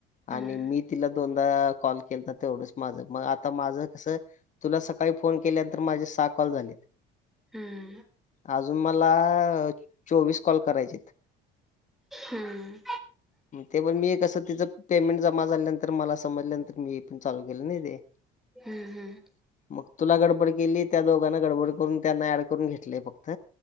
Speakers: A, in the centre; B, on the left.
A: हम्म
B: आणि मी तिला दोन कॉल के तर तेवढंच माझं मग आता माझं कसं तुला सकाळी फोन केल्यानंतर माझे सहा कॉल झालेत
A: हम्म
B: अजून मला चोवीस कॉल करायचे
A: हम्म
B: ते पण मी कसं तिचं पेमेंट जमा झाल्यानंतर मला समजल्यानं तर मी पण चालू केलं नाही ते
A: हम्म हम्म
B: मग तुला गडबड केली त्या दोघांना गडबड करून त्यांना ऍड करून घेतलय फक्त